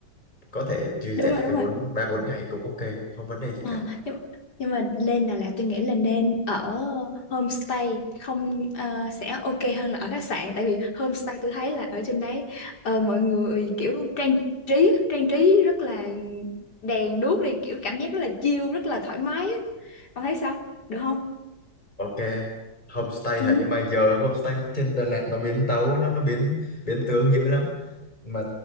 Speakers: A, on the left; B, on the left.
A: có thể dư
B: đúng
A: giả
B: rồi đúng
A: tới
B: rồi
A: bốn ba bốn ngày cũng ok không vấn đề gì
B: Ờ,
A: cả
B: nhưng, nhưng mà lên Đà Lạt tôi nghĩ là nên ở homestay không ờ, sẽ ok hơn là ở khách sạn tại vì homestay tôi thấy là ở trên đấy ờ, mọi người kiểu trang trí trang trí rất là đèn đuốc này kiểu cảm giác rất là chill rất là thoải mái á. Ông thấy sao được không?
A: ok homestay
B: Ừ.
A: hả nhưng mà giờ homestay trên Đà Lạt nó biến tấu nó nó biến biến tướng dữ lắm mà